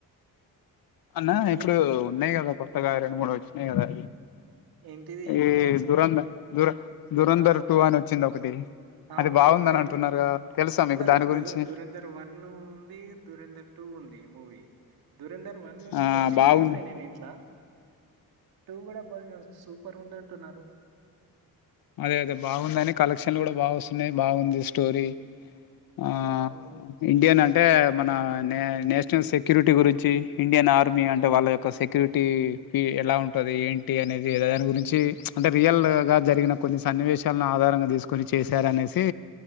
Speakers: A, on the left; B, on the right.
A: అన్నా ఇప్పుడు
B: ఏ
A: ఉన్నాయి్ కదా కొత్తగా రెండు మూడు వచ్చిన కదా
B: ఏంటిది ఏమున్నాయి
A: ఈ
B: అసలు
A: దురంధర్ దుర దురంధర్
B: ఆ
A: టూ అని వచ్చింది ఒకటి
B: అవునవును
A: బాగుందని
B: అది
A: అంటున్నారు కదా తెలుసా
B: అందరొద్దు
A: మీకు దాని గురించి
B: దురందరు వన్ను ఉంది టూ ఉంది మూవీ రేంధర్ వన్ ఉంది
A: ఆ
B: కొంచమ
A: బాగుంది
B: చూసినాను నేను ఇంట్లా టూ కూడా బానే వస్తూ పరు ఉందంటున్నారు
A: అదే అదే బాగుందిని కలెక్షన్ కూడా బాగా వస్తున్నాయి బాగుంది స్టోరీ ఆ
B: అవును
A: ఇండియన్ అం అంటే మన నే నేషనల్ సెక్యూరిటీ గురించి ఇండియన్ ఆర్మీ అంటే వాళ్ళ యొక్క సెక్యూరిటీ ఫీ ఎలా ఉంటది ఏంటి అనేది దాని గురించి అంటే రియల్గా జరిగిన కొన్ని సన్నివేశాలను ఆధారంగా తీసుకుని చేశారనేసి